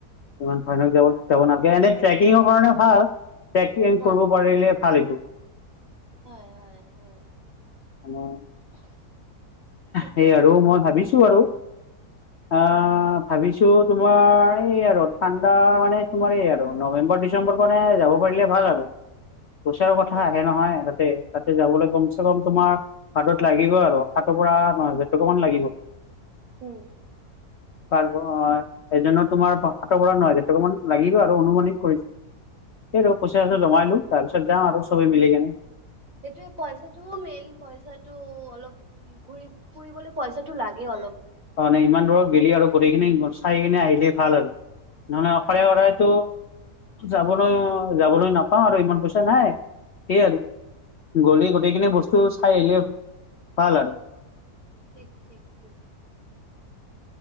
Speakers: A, on the left; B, on the right.
A: ইমান ভয়ানক যাব যাব নালাগে এনে ট্ৰেকিঙৰ কাৰণে ভাল পেকিং
B: হয়
A: কৰিব পাৰিলে ভালটো
B: হয় হয় হয়
A: মানে
B: ঠিক
A: সেইয়ে
B: কৈছা
A: আৰু মই ভাবিছোঁ আৰু আ ভাবিছোঁ তোমাৰ এই আৰু ঠাণ্ডা মানে তোমাৰ এই আৰু নৱেম্বৰ ডিচেম্বৰ পৰাই যাব পাৰিলে ভাল আৰু পইচা কথা
B: ঠিক
A: আহে নহয় তাতে তাতে যাবলৈ কমচে কম তোমাৰ হাতত লাগিব আৰু সাতৰ পৰা ন হেজাৰ টকা মান লাগিব
B: উম
A: তাৰ অ এজনৰ তোমাৰ সাত হাজাৰ টকাৰ পৰা ন হেজাৰ টকামান লাগিব আৰু অনুমানিক কৰিছোঁ সেই ৰ পইচা জমাই লো তাৰ পিছত যাম আৰু চবেই মিলি কেনে
B: সেইটোয়ে পইচাটোও মেইন পইচাটো অলপ ঘুৰি ফুৰিবলৈ পইচাটো লাগে অলপ
A: হয়নে ইমান দূৰত গেলি আৰু গোটেইখিনি চাই কিনে আহিলেই ভাল আৰু নহ'লে অশাৰে
B: হয়
A: অৰাৰেতো যাবলৈ অ যাবলৈ নাপাওঁ আৰু ইমান পইচা নাই সেই আৰু গ'লে গোটেইখিনি
B: ঠিক
A: বস্তু চাই আহিলে ভাল আৰু
B: ঠিক ঠিক ঠিক